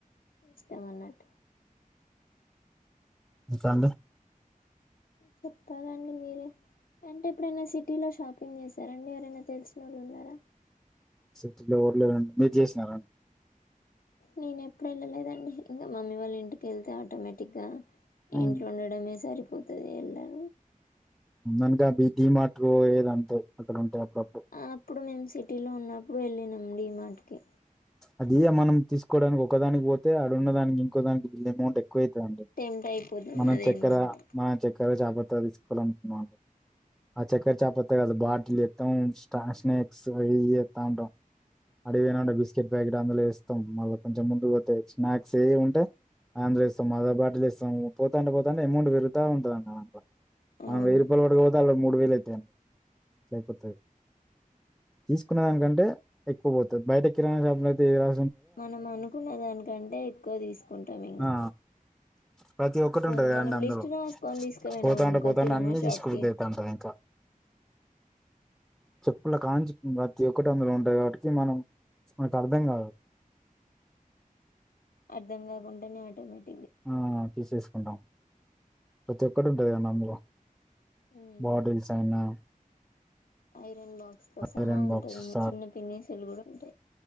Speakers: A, on the left; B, in the centre.
A: ఇష్టం అన్నట్టు
B: ఇకాడి
A: చెప్పాలండి మీరే అంటే ఎప్పుడైనా సిటీలో షాపింగ్ చేసారాండి ఎవరైనా తెలిసిన వాళ్ళు ఉన్నారా
B: సలో ఊర్లేదండి మీరు చేసినారండి
A: నేను ఎప్పుడు వెళ్ళలేదండి ఇంకా మమ్మీ వాళ్ళ ఇంటికి వెళ్తే ఆటోమేటిక్గా
B: ఉమ్.
A: ఇంట్లో ఉండడమే సరి పోతుది ఎలర
B: అనుక బ మార్ట్ ఏది అంటే అక్కడ ఉంటేయి అప్పుడప్పుడు
A: ఆ అప్పుడు మేము సిటీలో ఉన్నప్పుడు వెళ్ళినం డి మాట్కి
B: అది మనం తీసుకోవడానికి ఒకదానికి పోతే ఆడున్నదానికి ఇంకో దానికి వీళ్ళ మూట ఎక్కువైతుందిండి
A: టెంప్ట్ అయిపోతాం
B: మన
A: అదేందో
B: చక్కెర
A: కాని
B: మన చక్క ఇక్కర జాబ్రత్తాలు తీసుకోవాలనుకుున్నామండి ఆ చక్కర్ చాపత్త్గ బాటి స్ స్నేక్స్ వ ఎతాంట అడివేనా
A: అవును
B: బస్ ఇక్కడ అందులో ఇస్తాం మళ్ళీ కొంచెం ముందుకు పోతే స్నాక్స్ వ ఉంటే అందులో ఇస్తాం మదా బాటిలు ఇస్తాం పోతంటే పోతంటే అమౌంట్ పెరుగుతా ఉంటందింట్లో మన
A: అవును
B: వెయ్యి రూయ వర పోతే అలా మూడు వేలు అయితే టన్ తైపుతు తీసుకునే దానికంటే ఎక్కువ పోతుంది బయట చె రా
A: మనం అనుకున్న దానికంటే ఎక్కువ తీసుకుంటాం ఇంకా
B: ఆ ప్రతి ఒక్కటి
A: ఇప్పుడు
B: ఉంటది కదండి
A: మనం
B: అందులో
A: లిస్ట్ రాసుకొని తీసుకు వెనాం
B: పోతాంటే
A: అనుకో
B: పోతాంటే
A: కిరాణా
B: అన్ని
A: షాప్కి
B: తీసుకుబుద్ధి అయితాంటది ఇంకా చెప్పుల కాంచి ప్రతి ఒక్కటి అందలో ఉంటాయి కాబట్టి మనం మనకు అర్థం కాదు
A: అర్ధం కాకుండానే ఆటోమేటిక్
B: ఆ తీసేసుకుంటాం ప్రతి ఒక్కరు అదే నంబవ
A: మ్మ్
B: బటిల్సైనా
A: ఐరన్ బాక్స్ తో సహా
B: ఐరన్
A: ఉంటంది
B: బాక్సెస్
A: ఇంకా చిన్న పిన్నిసులు కూడా ఉంటాయి